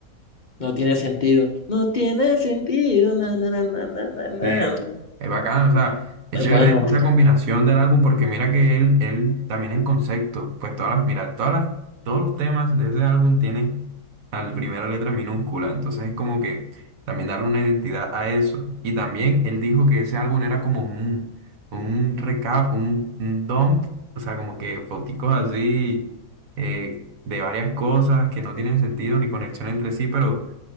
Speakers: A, on the left (about 45°); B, on the right (about 65°).
A: No tiene sentido. No tiene sentido. na, na, na, na, na, na,
B: Sí, es
A: na.
B: es bacán, o sea, es
A: Eh,
B: chévere
A: Bueno,
B: esa combinación del álbum porque mira que él, él también en concepto, pues todas las, mira, todas las, todos los temas de ese álbum tienen la primera letra minúscula, entonces es como que también darle una identidad a eso. Y también él dijo que ese álbum era como un, un recap, un, un dump, o sea, como que foticos así eh, de varias cosas que no tienen sentido ni conexión entre sí, pero